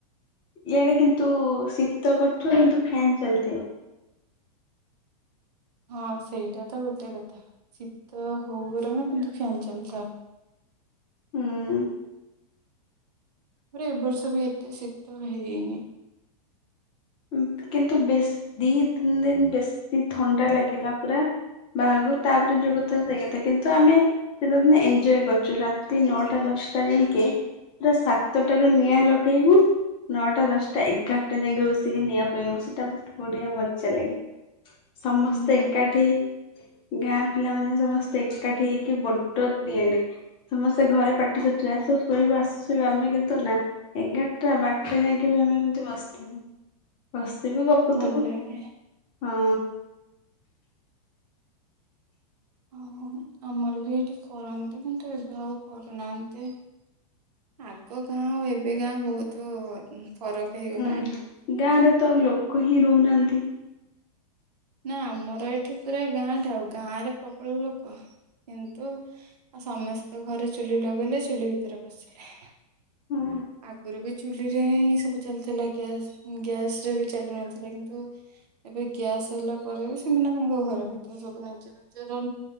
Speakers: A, on the left; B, on the right.
A: ଇଆଡେ କିନ୍ତୁ ଶୀତ କରୁଥିବ କିନ୍ତୁ ଫ୍ୟନ୍ ଚାଲିଥିବ।
B: ହଁ ସେଇଟା ତ ଗୋଟେ କଥା ଶୀତ ହଉ ବରଂ କିନ୍ତୁ ଫ୍ୟାନ୍ ଚାଲିଥାଉ।
A: ହୁଁ।
B: ତାପରେ ଏ ବର୍ଷ ବି ଏତେ ଶୀତ ହେଇନି।
A: ଉଁ କିନ୍ତୁ ବେଶ୍ ଦି ତିନି ଦିନ ବେଶୀ ଥଣ୍ଡା ଲାଗିଲା ପୁରା। ବାହୁକୁ ତାପରେ ଯୋଉ କଥା ସେଇଥା କିନ୍ତୁ ଆମେ। ଶିତ ଦିନେ ଏଞ୍ଜଏ କରୁଚୁ ରାତି ନଅଟା ଦଶ୍ଟା ଯାଁକେ ପୁରା ସାତଟା ରୁ ନିଆଁ ଲଗେଇବୁ ନଅଟା ଦଶଟା ଏଗାରଟା ଯାକେ ବ ଶିକିନିଆଁ ପଇଁହେବୁ ସେଟା ବଢିଆ ମଜା ଲାଗେ ସମସ୍ତେ
B: ହୁଁ ହୁଁ
A: ଏକାଠି ଗାଁ ପିଲାମାନୋନେ ସମସ୍ତେ ଏକାଠି ହେଇକି ବଡ ଟେଣ୍ଡେ ସମସ୍ତେ ଘରେ ପାଟି କରୁଥିବେ ଆସ ଶୋଇବ ଆସ ଶୋଇବ ଆମେ କିନ୍ତୁ ନା। ଏଗାରଟା ବାରଟା ଯାକେ ବି ଆମେ ଏମିତି ବସିଥିବୁ। ବସିଥିବୁ
B: ସେଟା
A: ଗପୁଥିବୁ
B: ଭଲ ଲାଗେ।
A: ହଁ।
B: ହଁ ଆମର ବି ଏଠି କରନ୍ତି କିନ୍ତୁ ଏବେ ଆଉ କରୁନାହାନ୍ତି। ଆଗ ଗାଁ ଆଉ ଏବେ ଗାଁ ବହୁତ ଫରକ ହେଇଗଲାଣି।
A: ହୁଁ ଗାଁରେ ତ ଲୋକ ହିଁ ରହୁନାହାନ୍ତି।
B: ନା ଆମର ଏଠି ପୁରା ଗାଁ ଟା ଆଉ ଗାଁ ରେ ପ୍ରବଳ ଲୋକ କିନ୍ତୁ ସମସ୍ତେ ଘରେ ଚୁଲି ଲଗେଇଲେ ଚୁଲି ଭିତରେ ପସିଲେ।
A: ହୁଁ।
B: ଆଗୁରୁ ବି ଚୁଲିରେ ହିଁ ସବୁ ଚାଲୁଥିଲା ଗ୍ୟାସ୍ ଗ୍ୟାସ୍ ରେ ବି ଚାଲୁନଥିଲା କିନ୍ତୁ ଏବେ ଗ୍ୟାସ୍ ହେଲା ପରେ ବି ସେମାନେ ତାଙ୍କ ଘର ଭିତରେ ସବୁ ନିଜ ନିଜର